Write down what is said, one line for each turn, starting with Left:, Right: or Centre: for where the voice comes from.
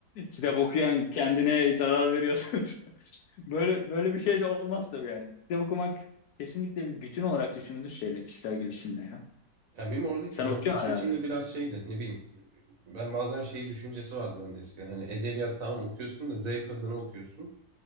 Left: kitap okuyan kendine zarar veriyorsun. <laughs> Böyle böyle bir şey de olmaz tabii yani. Kitap okumak kesinlikle bir bütün olarak düşünülür şeyle kişisel gelişimle ya.
Right: Ya benim oradaki
Left: Sen
Right: ben
Left: okuyorsun
Right: bakış açımda
Left: herhalde.
Right: biraz şeydi ne bileyim ben bazen şey düşüncesi vardı bende eskiden hani edebiyat tamam okuyorsun da zevk adına okuyorsun.